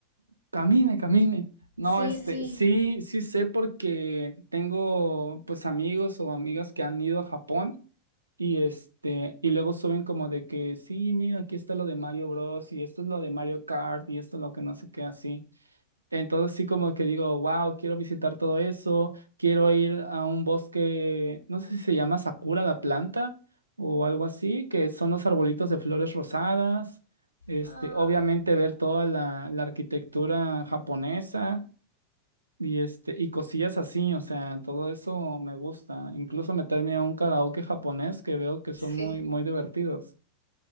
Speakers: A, on the right; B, on the left.
A: Camine, camine. No,
B: Sí,
A: este,
B: sí.
A: sí, sí sé porque tengo pues amigos o amigas que han ido a Japón y este, y luego suben como de que sí, mira, aquí está lo de Mario Bros. y esto es lo de Mario Kart y esto es lo que no sé qué así. Entonces sí como que digo, wow, quiero visitar todo eso, quiero ir a un bosque, no sé si se llama Sakura la planta o algo así, que son los arbolitos de flores rosadas, este,
B: Ah,
A: obviamente ver toda la, la arquitectura japonesa y este, y cosillas así, o sea, todo eso me gusta. Incluso meterme a un karaoke japonés que veo que son
B: <laughs>
A: muy,
B: sí,
A: muy divertidos.